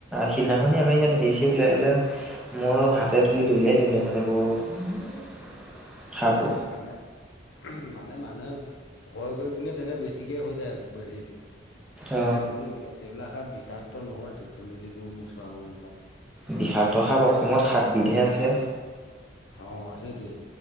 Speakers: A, in the centre; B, on the left (about 80°).
A: সিদিনাখনেই আমাৰ ইয়াত <unintelligible> মই হাতে ধৰি দলিয়াই দিম দেখোন এইবোৰ সাপ
B: মানে‌, মানে মানুহে ভয় কৰি পিনে তেনে বেছিকৈ হৈ যায় হেৰিটো।
A: অ
B: কিন্তু এইবিলাক, এইবিলাক সাপ বিষাক্ত নহয়তো। ধুন্দুলি গোম, মোচোৱা গোম এইবিলাক।
A: বিষাক্ত সাপ অসমত সাতবিধহে আছে।
B: অ সেইটোৱেই।